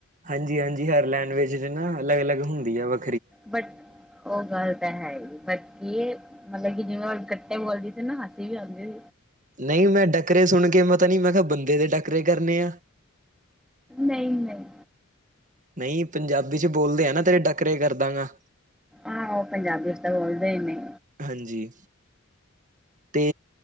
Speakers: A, on the right (about 35°); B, in the centre.
A: ਹਾਂਜੀ-ਹਾਂਜੀ, ਹਰ ਲੈਂਗਵੇਜ ਨਾ ਅਲੱਗ-ਅਲੱਗ ਹੁੰਦੀ ਆ ਵ
B: ਬਟ ਓ ਗੱ ਤਾਂ ਹੈਈ ਬਾਕੀ ਏ, ਮਤਲਬ ਕਿ ਜਿਵੇਂ ਕੱਟੇ ਬੋਲਦੀ ਸੀ ਨਾ ਅਸੀ ਵੀ ਆਉਂਦੀ
A: ਨਹੀਂ, ਮੈਂ ਡੱਕਰੇ ਸੁਣਕੇ ਪਤਾ ਨੀ ਮੈਂ ਕਿਹਾ ਬੰਦੇ ਦੇ ਡੱਕਰੇ ਕਰਨੇ ਆ।
B: ਨਹੀਂ-ਨਹੀਂ।
A: ਨਹੀਂ ਪੰਜਾਬੀ'ਚ ਬੋਲਦੇ ਆਂ, ਨਾ ਤੇਰੇ ਡੱਕਰੇ ਕਰਦਾਂਗਾ।
B: ਆਹੋ, ਪੰਜਾਬੀ'ਚ ਤਾ ਬੋਲਦੇ ਈ ਨੇ।
A: ਹਾਂਜੀ। ਤੇ